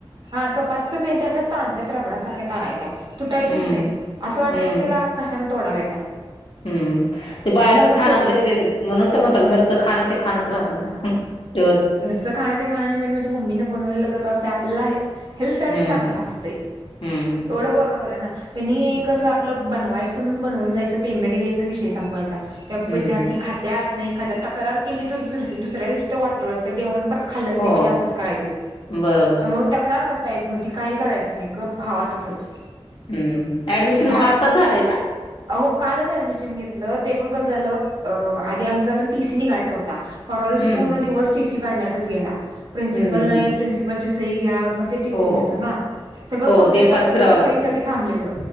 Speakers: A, on the right (about 50°); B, on the left (about 60°).
A: हा चपाती त्यांच्या अशा त्यात रबरा सारख्या तानायच्या, तुटायचीच
B: हम्म
A: नाही असं वाटायचं
B: हम्म
A: की त्याला कशान तोडावे आता
B: हम्म ते बाहेरचं
A: त्यामुळे मग सोडलंच.
B: खाण म्हणल म्हणून तर म्हणतात घरचं खाण ते खाणंच राहतं ना व्यवस्थित
A: घरचं खाणं ते खान, मेन म्हणजे मम्मी न बनवलेलं कसं असत आपल्याला हे हेल्थसाठी
B: हम्म
A: चांगला असते,
B: हम्म
A: एवढं बरोबर आहे ना त्यांनी
B: हम्म
A: कसं आपलं बनवायचं चं म्हणून बनवून जायचं, पेमेंट घ्यायच विषय संपवायचा त्या
B: हम्म
A: विद्यार्थी खात्यात नाही खात्यात तक्रार केली, तर दुस दुसऱ्या दिवशी तर वाटोळच, जेवण खरचं खाल्लच
B: हो
A: नाही पाहिजे असच करायचेत,
B: बरोबर
A: त्यामुळे तक्रार करता येत नव्हती. काही करायचं नाही गप्प खावा तसंच
B: हम्म ऍडमिशन
A: बाहेर
B: मग आत्ताच झालंय काय?
A: हो कालच ऍडमिशन घेतलं ते पण कसं झालं अअ आधी आमचा अजून टी सी निघायचा होता परवादिवशी
B: हम्म
A: पूर्ण दिवस टी सी काढण्यातच गेला, प्रिन्सिपल्स
B: हम्म हम्म
A: नाही
B: हम्म
A: प्रिन्सिपलची सई घ्या मग ते टी सी
B: हो
A: मिळतो ना सगळं
B: हो
A: कंप्लीट
B: ते
A: झालत,
B: फार फिरावं
A: फक्त
B: लागतंय
A: सईसाठी थांबलेलं